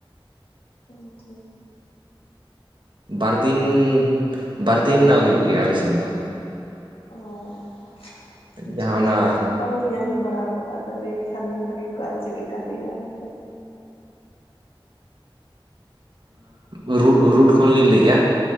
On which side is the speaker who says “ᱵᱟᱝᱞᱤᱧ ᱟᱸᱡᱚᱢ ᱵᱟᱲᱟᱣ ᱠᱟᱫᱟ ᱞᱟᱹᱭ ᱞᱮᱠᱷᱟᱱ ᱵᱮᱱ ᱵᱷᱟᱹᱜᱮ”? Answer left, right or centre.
Left